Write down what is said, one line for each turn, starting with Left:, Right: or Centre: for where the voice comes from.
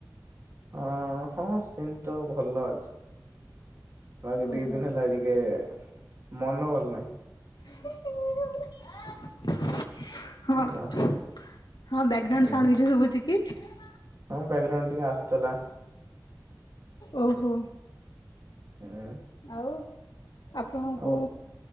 Right: ହଁ ହଁ ସେମି ତ ଭଲ ଅ ଆ ଦିଇ
Left: ଓହୋ
Right: ଦିନି ହେଲା ଟିକେ ମନ ଭଲ ନାହିଁ।
Left: <unintelligible> ହଁ ହଁ
Right: ହାଲୋ
Left: ବ୍ୟାକ୍ଗ୍ରାଉ କିଛିୁ
Right: ହୁଁ
Left: କି
Right: ହଁ ବ୍ୟାକଗ୍ରାଉଣ୍ଡ ଟିକେ ଆସୁଥିଲା
Left: ଓହୋ
Right: ହୁଁ
Left: ଆଉ ଆପଣଙ୍କୁ
Right: ଆଉ